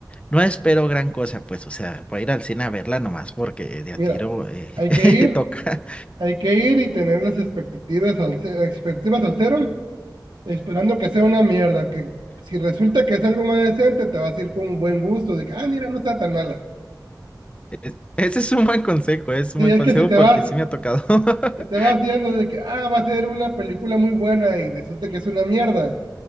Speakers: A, on the left; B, on the right.
A: no espero gran cosa, pues, o sea, voy a ir al cine a verla nomás porque de a
B: Mira,
A: tiro eh,
B: hay que ir,
A: <laughs> toca.
B: hay que ir y tener las expectativas al, ce- expectativas al cero, esperando que sea una mierda, que si resulta que es algo más decente, te vas a ir con un buen gusto, de que, ah, mira, no está tan mala.
A: Es- ese es un buen consejo, es un
B: Sí,
A: buen
B: es
A: consejo
B: que si te
A: porque
B: vas,
A: sí me ha tocado. <laughs>
B: si te vas viendo de que, ah, va a ser una película muy buena y resulta que es una mierda,